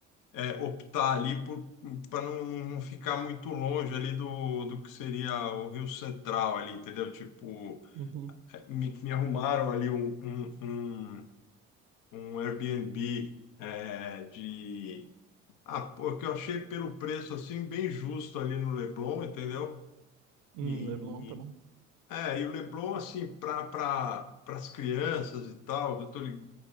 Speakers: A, on the left; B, on the right.
A: é, optar ali por para não, não ficar muito longe ali do, do que seria o Rio Central ali, entendeu? Tipo,
B: Uhum.
A: é, me, me arrumaram ali um, um, um, um Airbnb é, de... Ah, pô, que eu achei pelo preço, assim, bem justo ali no Leblon, entendeu?
B: Hum,
A: E
B: Leblon, tá bom.
A: É, e o Leblon, assim, para pra, pra- as crianças e tal, eu tô lig-